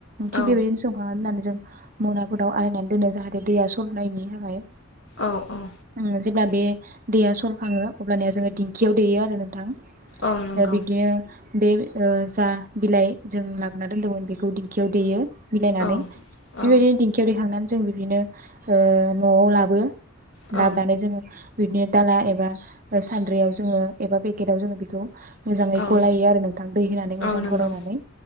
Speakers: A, on the right (about 40°); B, on the left (about 65°).
A: थिग
B: औ
A: बेबायदिनो संखांनानै माने जों मनाफोराव आलायनानै दोनो जाहाथे दैया सरनायनि थाखाय।
B: औ औ।
A: उम जेब्ला बे दैया सरखाङो अबब्लानिया जोङो दिंखियाव देयो आरो नोंथां। ओ
B: औ नंगौ
A: बिदिनो बे ओ जा बिलाइ जों लाबोना दोनदोंमोन बेखौ दिंखियाव देयो मिलायनानै।
B: औ औ
A: बेबायदिनो दिंखियाव देखांनानै जों बिदिनो ओ न'आव लाबोयो।
B: औ
A: लाबोनानै जोङो बिदिनो दाला एबा सानद्रियाव जोङो एबा पेकेटाव जोङो बेखौ मोजाङै
B: औ
A: गलायो आरो नोंथां, दै होनानै मोजां
B: औ नंगौ
A: गलायनानै